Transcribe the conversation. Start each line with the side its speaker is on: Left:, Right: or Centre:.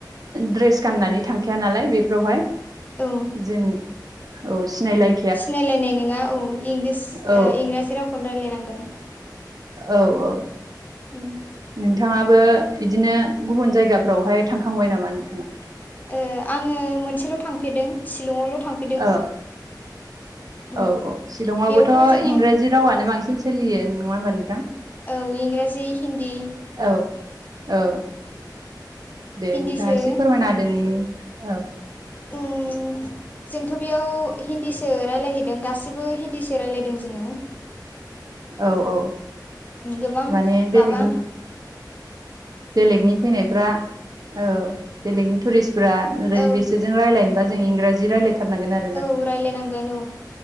Right: ड्रेस गाननानै थांखि। गैाया नालाय बेफोरावहाय
Left: औ
Right: जों औ सिनायलाय।
Left: सिनायलायनाय नङा औ इंलिस
Right: औ
Left: इंराजि रावखौनो रायलायनांगोन।
Right: औ औ।
Left: उम।
Right: नोंथाङाबो बिदिनो गुबुन जायगाफ्रावहाय थांखांबाय नामा नोंथाङा?
Left: ओ आङो मोनसेल' थांफेरदों शलंआवल' थांफ
Right: ओ
Left: उम
Right: औ औ शलंआवबोथ'
Left: बेयावथ' जोङो
Right: इ‌ंराजि जि रावानो बांसिन सोलियो नङा हबा नोंथां
Left: औ इंराजि हिन्दी
Right: औ औ दे
Left: हिन्दीसो
Right: नोंथाङा एसे फोरमायना दि नैनि औ।
Left: उम ओउ जोंथ' बेयाव हिन्दीसो रायलायहैदों गासिबो हिन्दीसो राय्लायदों जोङो।
Right: औ औ।
Left: गोबां
Right: माने बेलेग
Left: माबा।
Right: बेलेगनि फैनायफ्रा औ बेलेगनि टुरिस्टफ्रा ओरै
Left: औ
Right: बिसोर -ज रायलायनोबा जों इंराजि रायलायथारनांगोन आरो।
Left: औ रायलायनांगोन औ